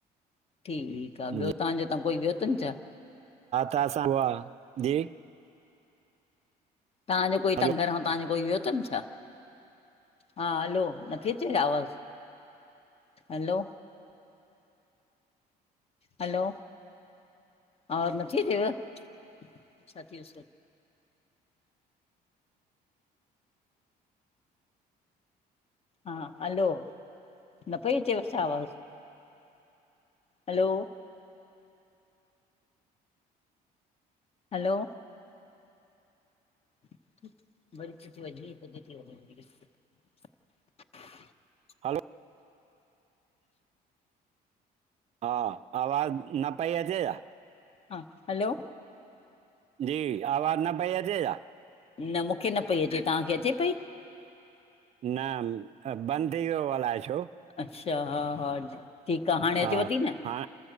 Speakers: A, on the left (about 35°); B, on the right (about 40°).
A: ठीकु आ ॿियो
B: जी
A: तव्हांजो इतां कोई वयो तन छा
B: त असां वा जी
A: तव्हांजे कोई इतां
B: हलो
A: घरां तव्हजो कोई वियो तनि छा। हा हलो नथी अचे छा आवाज़ हलो हलो आवाज नथी अचेव हा हलो न पई अचेव छा आवाज। हलो हलो <inaudible>
B: हलो हा आवाज न पई अच या।
A: हा हलो
B: जी आवाज न पई अचे छा।
A: न मुखे न पई अचे तव्हांखे अचे पई
B: न बंदि अ यो अलाए छो।
A: अच्छा हा ठीकु आ हाणे
B: हा
A: अचेव थी न
B: हा